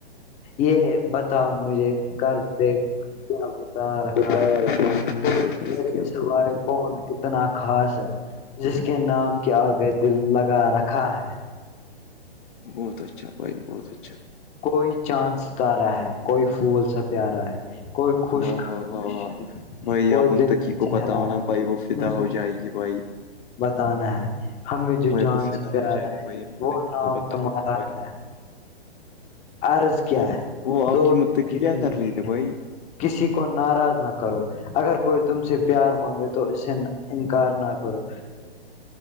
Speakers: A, on the left; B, on the left.
A: یہ ب تھا مجھے گھر پہ کیا بتا رکھا
B: بتا
A: ہے
B: رحمان ہاں جی بھائی
A: میرے
B: کیا
A: سوائے
B: بات
A: کون اتنا خاص ہے جس کے نام کے آگئے دل لگا رکھا ہے
B: بہت اچھا بھائی بہت اچھا
A: کوئی چاند ستارا ہے کوئی پھول سا پیارا ہے کوئی خوش
B: واہ
A: ک
B: واہ واہ واہ بھائی
A: کوئی
B: آپ متقی
A: دل کا
B: کو
A: چہرا
B: بتاؤ نا
A: ہے
B: بھائی وہ فدا ہو جائے گی بھائی
A: بتانا ہے ہمیں جو
B: بھائی
A: جان
B: وہ فدا
A: سے پیارا
B: ہو جائے گی
A: ہے
B: بھائی متقی
A: وہ نام
B: کو بتاؤ
A: تمہارا
B: نا بھائی
A: ہے عرض کیا
B: وہ
A: ہے
B: وہ آپ
A: دو
B: کی متقی
A: زگی
B: کیا کر رہی ہے بھائی
A: کسی کو ناراض نہ کرو اگر کوئی تم سے پیار مانگے تو اس سے انکار نہ کرو